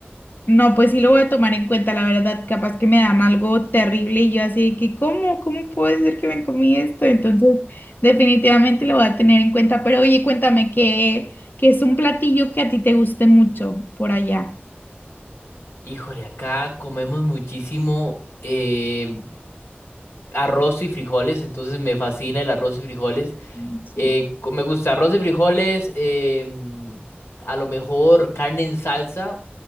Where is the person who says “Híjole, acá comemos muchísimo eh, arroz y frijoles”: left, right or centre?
Left